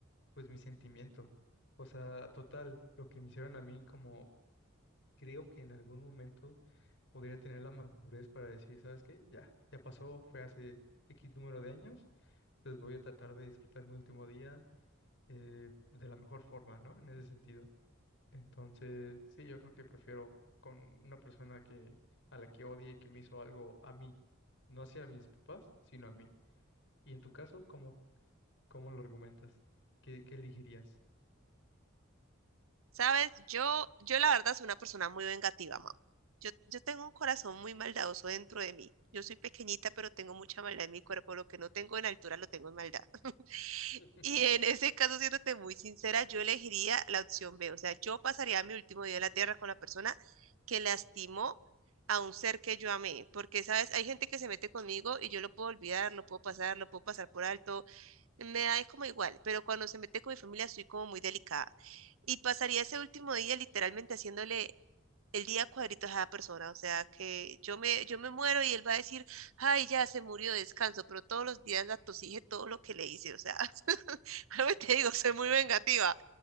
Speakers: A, on the left; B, on the right.
A: pues, mi sentimiento. O sea, total, lo que me hicieron a mí, como creo que en algún momento podría tener la madurez para decir, ¿sabes qué? Ya, ya pasó, fue hace X número de años, pues voy a tratar de disfrutar mi último día eh, de la mejor forma, ¿no? En ese sentido. Entonces, sí, yo creo que prefiero con una persona que a la que odie que me hizo algo a mí, no hacia mis papás, sino a mí. Y en tu caso, ¿cómo, cómo lo argumentas? ¿Qué, qué elegirías?
B: Sabes, yo, yo la verdad soy una persona muy vengativa, mam. Yo, yo tengo un corazón muy maldadoso dentro de mí. Yo soy pequeñita, pero tengo mucha maldad en mi cuerpo. Lo que no tengo en altura, lo tengo en maldad. <laughs>
A: <laughs>
B: Y en ese caso, siéndote muy sincera, yo elegiría la opción B. O sea, yo pasaría mi último día en la tierra con la persona que lastimó a un ser que yo amé. Porque, sabes, hay gente que se mete conmigo y yo lo puedo olvidar, lo puedo pasar, lo puedo pasar por alto. Me da como igual, pero cuando se mete con mi familia estoy como muy delicada. Y pasaría ese último día literalmente haciéndole el día cuadritos a cada persona. O sea, que yo me, yo me muero y él va a decir, ay, ya se murió, descanso, pero todos los días la tosije todo lo que le hice. O sea, <laughs> algo te digo, soy muy vengativa.